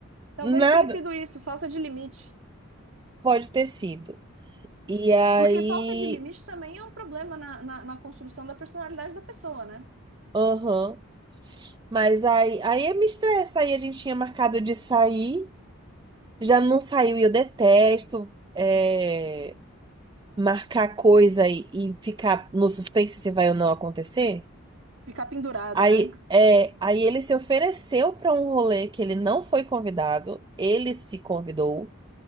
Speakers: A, on the right; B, on the right.
A: Talvez
B: nada
A: tenha sido isso, falta de limite.
B: pode ter sido. E aí,
A: Porque falta de limite também é um problema na, na, na construção da personalidade da pessoa, né?
B: aham. Mas aí, aí me estressa, aí a gente tinha marcado de sair, já não saiu e eu detesto é, marcar coisa e, e ficar no suspense se vai ou não acontecer.
A: Ficar pendurada,
B: Aí,
A: né?
B: é, aí ele se ofereceu para um rolê que ele não foi convidado, ele se convidou.